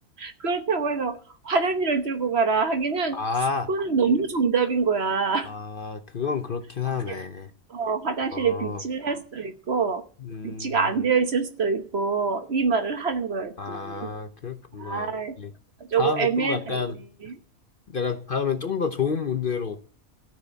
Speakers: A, on the right (about 50°); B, on the left (about 45°).
A: 그렇다고 해서 화장실을 들고 가라 하기는
B: 아,
A: 그거는 너무 정답인 거야. <laughs>
B: 아, 그건 그렇긴
A: 근데,
B: 하네.
A: 어, 화장실에
B: 어,
A: 비치를 할 수도 있고
B: 음,
A: 비치가 안 되어 있을 수도 있고 이 말을 하는 거였지.
B: 아, 그렇구나.
A: 아,
B: 예. 다음에
A: 조금 애매했지.
B: 또 약간 내가 다음엔 좀 더 좋은 문제로